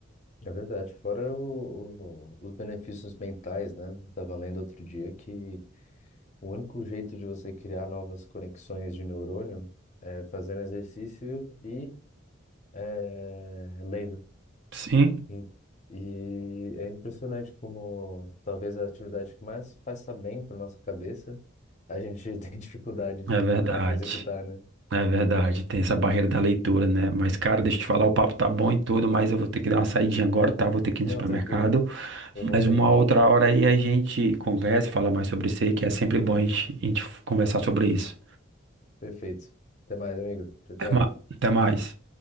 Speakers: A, on the left (about 35°); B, on the right (about 60°).
A: É verdade, fora o- o- os benefícios mentais, né? Eu Tava lendo outro dia que o único jeito de você criar novas conexões de neurônio é fazendo exercício e é, lendo.
B: Sim,
A: E, e é impressionante como talvez a atividade que mais faça bem para nossa cabeça, a gente <laughs> tem dificuldade de,
B: é verdade.
A: de executar, né?
B: É verdade. Tem essa barreira da leitura, né? Mas, cara, deixa eu te falar, o papo tá bom e tudo, mas eu vou ter que dar uma saidinha agora, tá? Vou ter que
A: Não,
B: ir no supermercado.
A: tranquilo, eu vou
B: Mas
A: sair
B: uma
A: também.
B: outra hora aí a gente conversa, fala mais sobre isso aí, que é sempre bom a gente, a gente conversar sobre isso.
A: Perfeito. Até mais, amigo. Tchau, tchau.
B: Até ma- até mais.